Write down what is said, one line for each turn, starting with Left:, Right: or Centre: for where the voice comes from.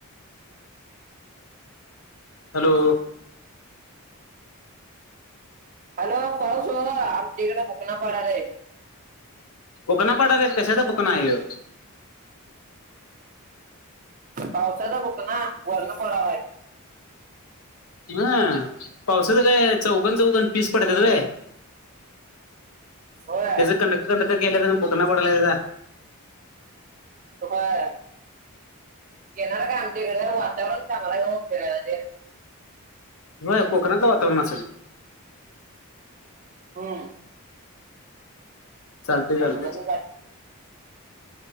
Left: हॅलो
Right: हॅलो पाऊस होय आमच्याकडे बूकणा पाडालंय
Left: बुकना पाडाल्यात कशाचा बुकणा आहे ह्यो
Right: पावसाचा बुकना वरण पडलाय
Left: हा पावसाचं काय चौकन चौकन पीस पडत्यात
Right: हम्म
Left: व्हय
Right: होय
Left: त्याच कंडक कंडक केल्यात आणी बुकना पडालाय त्याचा
Right: होय येेणार काय आमच्याकडे वातावरण चांगलं हाय ओ फिरायला तेन
Left: हो कोकणातलं वातावरण असंल
Right: हम्म
Left: चालतंय
Right: कोकणातलं
Left: चालतंय
Right: काय